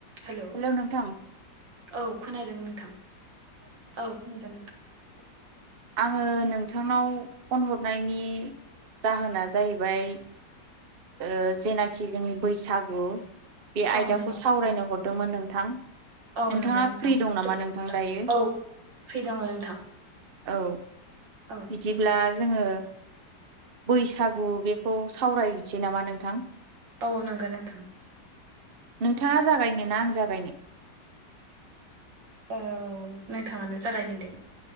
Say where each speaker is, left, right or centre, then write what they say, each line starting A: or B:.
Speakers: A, on the right (about 85°); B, on the right (about 50°).
A: हेलौ
B: हेल' नोंथां
A: औ खोनादों नोंथां औ खोनादों नोंथां
B: आङो नोंथांनाव फन हरनायनि जाहोना जाहैबाय ओ जेनाखि जों बैसागु बे
A: औ
B: आयदाखौ
A: नंगौ नोंथां।
B: सावरायनो हरदोंमोन नोंथां
A: औ
B: नोंथाङा
A: नंगौ नोंथां
B: फ्रि दं नामा
A: जोबोद मोजां
B: नोंथां दायो
A: औ फ्रि दङ नोंथां
B: औ
A: औ
B: बिदिब्ला जोङो बैसागु बेखौ सावरायनसै नामा नोंथां
A: औ नंगो नोंथां
B: नोंथाङा जागायनो ना आं जागायनो
A: औ नोंथाङानो जागायनो दे